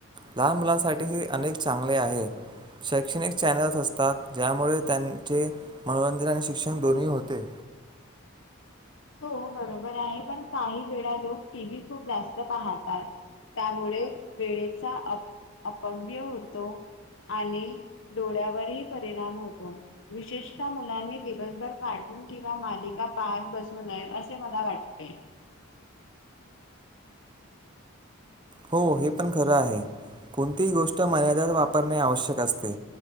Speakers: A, on the right; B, on the left.
A: लहान मुलांसाठी हे अनेक चांगले आहे. शैक्षणिक चॅनल्स असतात. ज्यामुळे त्यांनचे. मनोरंजन आणि शिक्षण दोन्ही होते
B: हो बरोबर आहे, पण काही वेळा लोक टी व्ही खूप जास्त पाहतात. त्यामुळे वेळेचा अ अपव्य होतो. आणि डोळ्यावरही परिणाम होतो, विशेषतः मुलांनी दिवसभर काढ कम किंवा मालिका पाहत बसू नये असे मला वाटते.
A: हो हे पण खरं आहे, कोणतीही गोष्ट मर्यादात वापरणे आवश्यक असते.